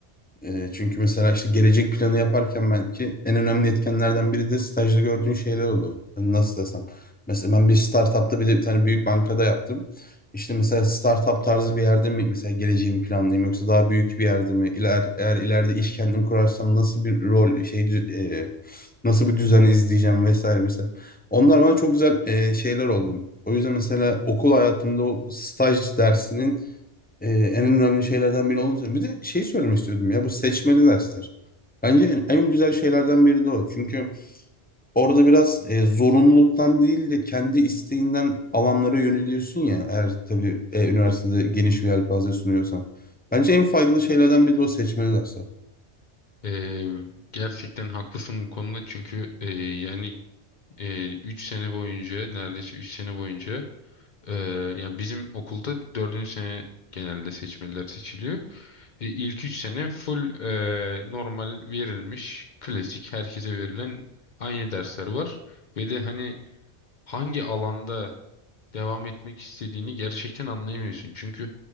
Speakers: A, on the left; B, on the left.
A: e, çünkü mesela işte gelecek planı yaparken belki en önemli etkenlerden biri de stajda gördüğün şeyler oluyor. Yani nasıl desem. Mesela ben bir startupta bir de bir tane büyük bankada yaptım. İşte mesela startup tarzı bir yerde mi mesela geleceğimi planlayayım yoksa daha büyük bir yerde mi? İler, eğer ileride iş kendim kurarsam nasıl bir rol şey dü- e, nasıl bir düzen izleyeceğim vesaire mesela. Onlar bana çok güzel e, şeyler oldu. O yüzden mesela okul hayatımda o staj dersinin e, en önemli şeylerden biri olduğunu söylüyorum. Bir de şeyi söylemek istiyordum ya bu seçmeli dersler. Bence en, en güzel şeylerden biri de o. Çünkü orada biraz e, zorunluluktan değil de kendi isteğinden alanlara yöneliyorsun ya. Eğer tabii e, üniversitede geniş bir yelpaze sunuyorsan. Bence en faydalı şeylerden biri de o seçmeli dersler.
B: Ee, gerçekten haklısın bu konuda çünkü e, yani 3 sene boyunca neredeyse 3 sene boyunca e, yani bizim okulda dördüncü sene genelde seçmeliler seçiliyor. E, İlk 3 sene full e, normal verilmiş klasik herkese verilen aynı dersler var. Ve de hani hangi alanda devam etmek istediğini gerçekten anlayamıyorsun. Çünkü